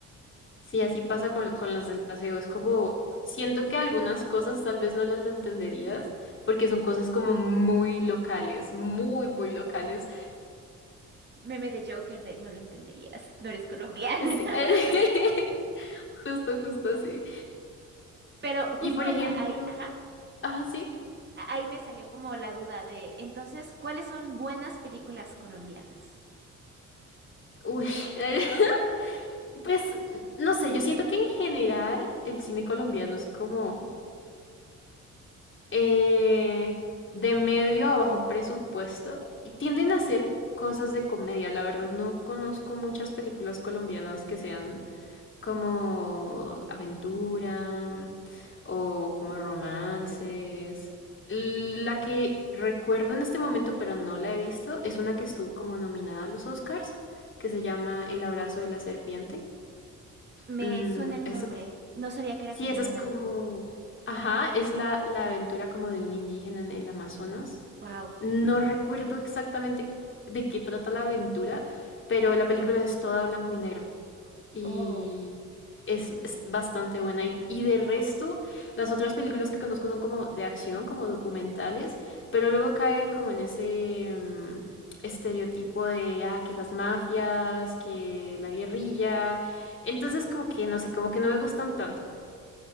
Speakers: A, on the left; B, on the right.
A: Sí, así pasa con, con las del paseo. Es como, siento que algunas cosas tal vez no las entenderías porque son cosas como muy locales, muy, muy locales.
B: Meme de Joker de no lo entenderías, no eres colombiana.
A: Sí,
B: <laughs>
A: <laughs> justo, justo así.
B: Pero justo
A: Y por ejemplo,
B: ahí, ajá.
A: ah, sí.
B: A- Ahí me salió como la duda de, entonces, ¿cuáles son buenas películas colombianas?
A: Uy, <laughs> pues no sé, yo siento que en general el cine colombiano es como... eh, de medio a bajo presupuesto y tienden a hacer cosas de comedia. La verdad no conozco muchas películas colombianas que sean como aventura mm, o como romances. La que recuerdo en este momento, pero no la he visto, es una que estuvo como nominada a los Oscars, que se llama El abrazo de la serpiente.
B: Me
A: Mm,
B: suena el
A: esa
B: nombre, no sabía que era
A: Sí,
B: colombiana.
A: esa es como, ajá, es la, la aventura como de un indígena en el Amazonas.
B: Wow.
A: No recuerdo exactamente de qué trata la aventura, pero la película es toda blanco y negro y
B: Oh.
A: es, es bastante buena. Y, y de resto, las otras películas que conozco son como de acción, como documentales, pero luego cae como en ese mm, estereotipo de, ah, que las mafias, que la guerrilla. Entonces como que, no sé, como que no me gustan tanto.